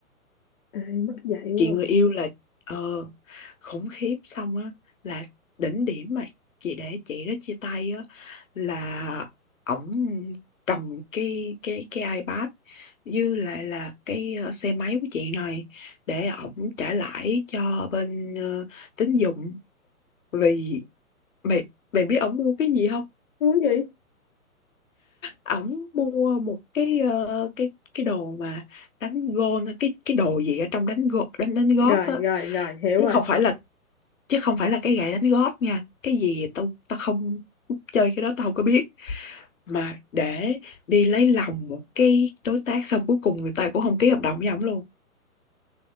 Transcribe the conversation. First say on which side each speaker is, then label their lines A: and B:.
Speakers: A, on the left (about 40°); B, on the left (about 60°).
A: ê mất dạy
B: chị
A: quá
B: người
A: à.
B: yêu là ờ khủng khiếp xong á là đỉnh điểm mà chị để chị đó chia tay á là ổng cầm cái cái cái iPad như là là cái ờ, xe máy của chị này để ổng trả lãi cho bên ờ, tín dụng vì mày mày biết ổng mua cái gì không
A: muốn gì
B: ổng mua một cái ờ, cái cái đồ mà đánh gôn cái cái đồ gì ở trong đánh gôn đánh đánh golf
A: rồi
B: á
A: rồi rồi hiểu
B: chứ
A: rồi
B: không phải là chứ không phải là cái gậy đánh golf nha cái gì tao tao không chơi cái đó tao không có biết mà để đi lấy lòng một cái đối tác xong cuối cùng người ta cũng không ký hợp đồng với ổng luôn